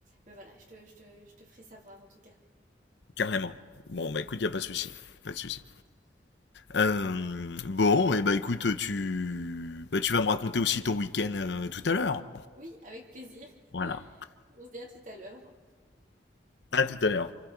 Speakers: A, on the right; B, on the left.
A: mais voilà, je te, je te, je te ferai savoir en tout cas.
B: carrément. Bon, bah écoute, y a pas de souci, pas de souci. Euh, bon, et bah écoute, tu, bah, tu vas me raconter aussi ton week-end euh, tout à l'heure.
A: Oui, avec plaisir.
B: Voilà.
A: On se dit à tout à l'heure.
B: À tout à l'heure.